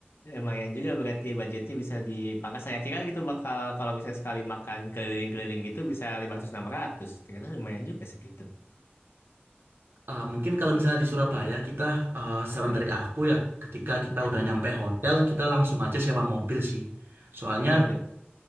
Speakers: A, on the left; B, on the right.
A: Lumayan juga berarti budgetnya bisa dipangkas. Saya kira gitu bakal kalau misalnya sekali makan keliling-keliling gitu bisa lima ratus enam ratus Ternyata lumayan juga segitu.
B: Eh, mungkin kalau misalnya di Surabaya kita eh, saran
A: Hmm.
B: dari aku ya, ketika kita
A: Ya,
B: udah nyampe hotel kita langsung aja sewa mobil sih. Soalnya
A: mau sama mobil.